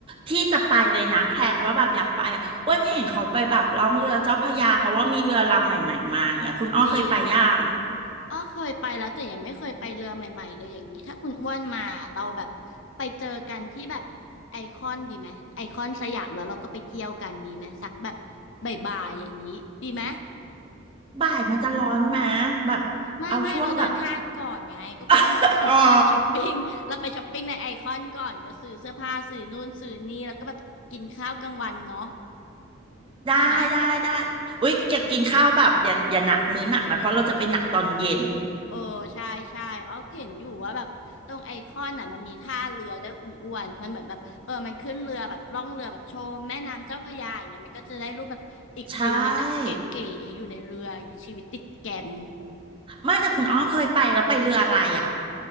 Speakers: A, on the right; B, on the left.
A: ที่จะไปเลยนะแพลนว่าแบบอยากไปอ่ะอ้วนเห็นเขาไปแบบล่องเรือเจ้าพระยาเพราะว่ามีเรือลำใหม่ๆมาเนี่ยคุณอ้อเคยไปย่าง
B: จริงอ้อเคยไปแล้วแต่ยังไม่เคยไปเรือใหม่ๆเลยอย่างนี้ถ้าคุณอ้วนมาเราแบบไปเจอกันที่แบบไอคอนดีไหมไอคอนสยามแล้วเราก็ไปเที่ยวกันดีไหมสักแบบบ่ายๆอย่างนี้ดีไหม
A: บ่ายมันจะร้อนไหมแบบเอาช่วงแบบ
B: ไม่ไม่เราเดินห้างก่อนไงก็คุณอ้วนบอกว่าคุณอ้วนอยากช้อปปิ้ง
A: <laughs> อ๋อ
B: <laughs> เราไปช้อปปิ้งในไอคอนก่อนก็ซื้อเสื้อผ้าซื้อนู่นซื้อนี่แล้วก็แบบกินข้าวกลางวันเนาะ
A: ได้ได้ได้
B: ดีไหมย
A: อุ๊ยจะกินข้าวแบบอย่าอย่าหนักมื้อหนักนะเพราะเราจะไปหนักตอนเย็น
B: เออใช่ใช่อ๋อเห็นอยู่ว่าแบบตรงไอคอนน่ะมันมีท่าเรือด้วยคุณอ้วนมันเหมือนแบบเออมันขึ้นเรือแบบล่องเรือแบบชมแม่น้ำเจ้าพระยาอย่างเงี้ยมันก็จะได้รูปแบบอีกฟิลหนึ่งนะเก๋ๆอยู่ในเรืออย่างเงี้ยชีวิตติดแกม
A: ใช่ไม่แต่คุณอ้อเคยไปแล้วไปเรืออะไรอ่ะ